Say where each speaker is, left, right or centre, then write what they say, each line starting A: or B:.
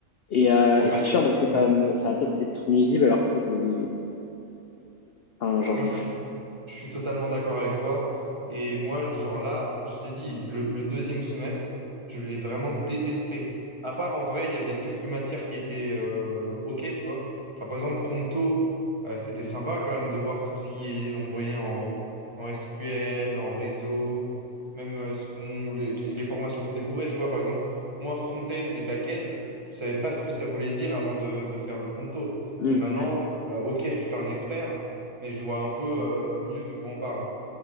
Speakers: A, on the left; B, on the right.
A: Et, euh,
B: En
A: et
B: fait,
A: c'est chiant parce que
B: ouais.
A: ça va me, ça va peut-être être nuisible alors qu'en fait, c'est- enfin, genre,
B: Moi,
A: je m'en
B: je
A: fous.
B: suis, je suis totalement d'accord avec toi. Et moi, genre là, je t'ai dit, le, le deuxième semestre, je l'ai vraiment détesté. À part, en vrai, il y avait quelques matières qui étaient euh, OK, tu vois. Genre, par exemple, Pronto, euh, c'était sympa quand même de voir tout ce qui est, on voyait en, en SQL, en réseau, même euh, ce qu'on, les, les- les formations qu'on découvrait. Tu vois, par exemple, moi, front-end et back-end, je savais pas ce que ça voulait dire avant de, de faire le Pronto.
A: Hmm.
B: Et maintenant, euh, OK, je suis pas un expert mais je vois un peu euh, mieux de quoi on parle.